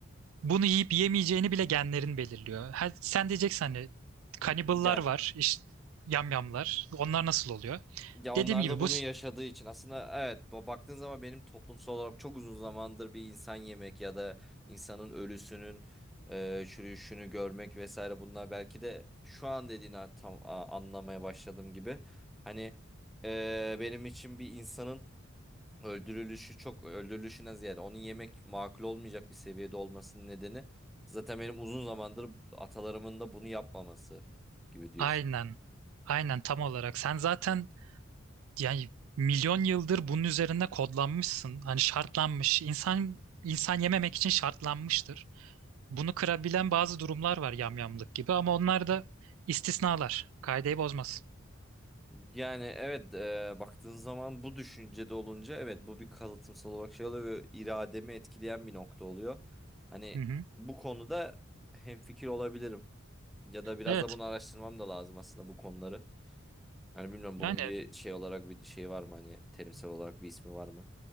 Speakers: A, on the right; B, in the centre.
A: bunu yiyip yemeyeceğini bile genlerin belirliyor. Ha, sen diyeceksin hani kaniballar
B: Yani
A: var, işte yamyamlar. Onlar nasıl oluyor?
B: Ya onlar
A: Dediğim gibi
B: da bunu
A: bu
B: yaşadığı için aslında evet bu- baktığın zaman benim toplumsal olarak çok uzun zamandır bir insan yemek ya da insanın ölüsünün e, çürüyüşünü görmek vesaire bunlar belki de şu an dediğini a- tam a- anlamaya başladığım gibi. Hani e, benim için bir insanın öldürülüşü çok öldürülüşüne ziyade onun yemek makul olmayacak bir seviyede olmasının nedeni zaten benim uzun zamandır atalarımın da bunu yapmaması gibi diyorsun.
A: aynen aynen tam olarak sen zaten Yani milyon yıldır bunun üzerinde kodlanmışsın. Hani şartlanmış. İnsan insan yememek için şartlanmıştır. Bunu kırabilen bazı durumlar var yamyamlık gibi ama onlar da istisnalar. Kaideyi bozmaz.
B: Yani evet e, baktığın zaman bu düşüncede olunca evet bu bir kalıtımsal olarak şey oluyor ve irademi etkileyen bir nokta oluyor. Hani
A: Hı hı.
B: bu konuda hemfikir olabilirim ya da biraz
A: Evet.
B: da bunu araştırmam da lazım aslında bu konuları. Hani bilmiyorum
A: Yani
B: bunun bir şey olarak bir şey var mı hani terimsel olarak bir ismi var mı?